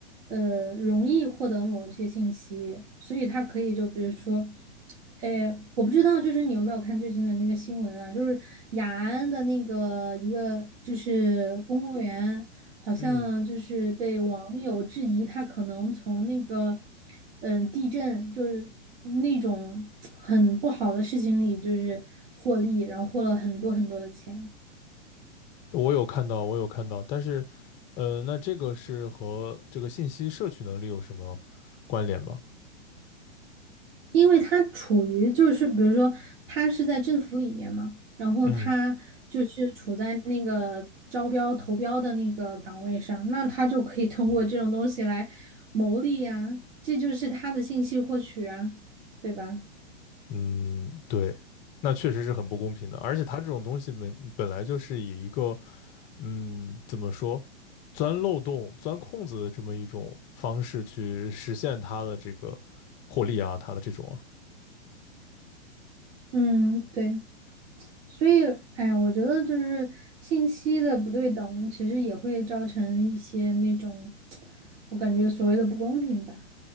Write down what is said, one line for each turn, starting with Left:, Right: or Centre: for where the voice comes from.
Right: 呃，容易获得某些信息，所以他可以就比如说，哎，我不知道，就是你有没有看最近的那个新闻啊？就是雅安的那个一个就是公务员。好像就是被网友质疑，
Left: 嗯
Right: 他可能从那个，嗯，地震就是那种很不好的事情里，就是获利，然后获了很多很多的钱，
Left: 我有看到，我有看到，但是，呃，那这个是和这个信息摄取能力有什么关联吗？
Right: 因为他处于就是比如说他是在政府里面嘛，然后他就是处在那个招标投标的那个岗位上，
Left: 嗯
Right: 那他就可以通过这种东西来牟利呀，这就是他的信息获取啊，对吧？
Left: 嗯，对，那确实是很不公平的。而且它这种东西本本来就是以一个，嗯，怎么说，钻漏洞、钻空子的这么一种方式去实现它的这个获利啊，它的这种啊，
Right: 嗯，对。所以，哎呀，我觉得就是信息的不对等，其实也会造成一些那种，我感觉所谓的不公平吧。